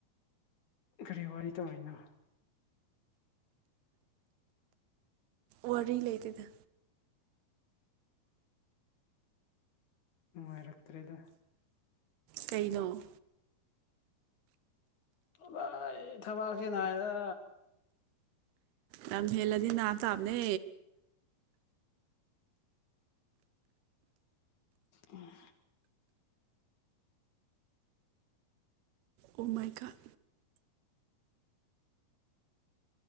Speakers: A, on the left; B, on the right.
A: ꯀꯔꯤ ꯋꯥꯔꯤ ꯇꯨꯔꯤꯅꯣ
B: ꯋꯥꯔꯤ ꯂꯩꯇꯦꯗ
A: ꯅꯨꯡꯉꯥꯏꯔꯛꯇ꯭ꯔꯦꯗ
B: ꯀꯩꯅꯣ
A: ꯑꯕꯥꯏ ꯊꯕꯥꯛꯁꯦ ꯅꯥꯏꯗ
B: ꯂꯝ ꯍꯦꯜꯂꯗꯤ ꯅꯥꯕ ꯇꯥꯕꯅꯦ
A: ꯎꯝ
B: ꯑꯣ ꯃꯥꯏ ꯒꯣꯠ